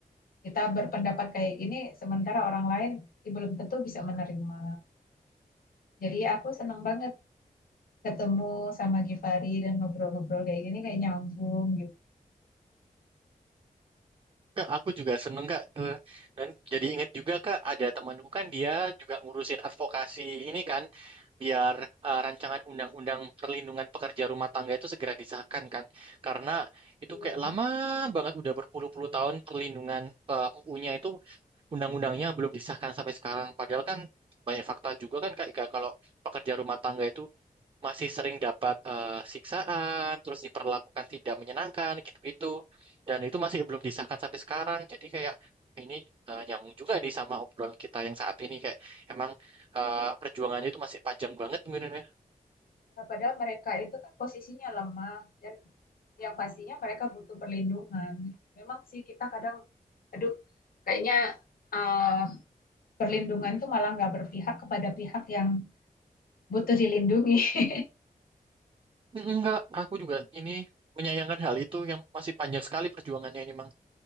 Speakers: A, on the left; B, on the right.
A: Kita berpendapat kayak gini, sementara orang lain ya belum tentu bisa menerima. Jadi aku seneng banget ketemu sama Givari dan ngobrol-ngobrol kayak gini, kayak nyambung gitu.
B: Kak, aku juga seneng kak Eh, dan jadi inget juga kak ada temanku kan dia juga ngurusin advokasi ini kan biar eh, rancangan undang-undang perlindungan pekerja rumah tangga itu segera disahkan kan karena itu
A: Iya.
B: kayak lama banget udah berpuluh-puluh tahun perlindungan eh, UU-nya itu undang-undangnya belum disahkan sampai sekarang padahal kan banyak fakta juga kan kak Ika, kalau pekerja rumah tangga itu masih sering dapat eh, siksaan, terus diperlakukan tidak menyenangkan gitu-gitu. Dan itu masih belum disahkan sampai sekarang. Jadi kayak ini eh, nyambung juga nih sama obrolan kita yang saat ini kayak emang eh, perjuangannya itu masih panjang banget mungkin ya.
A: Nah, padahal mereka itu kan posisinya lemah dan yang pastinya mereka butuh perlindungan. Memang sih kita kadang, aduh, kayaknya eh, perlindungan tuh malah nggak berpihak kepada pihak yang butuh dilindungi. <laughs>
B: Mm, Enggak, aku juga ini menyayangkan hal itu yang masih panjang sekali perjuangannya ini, Mang.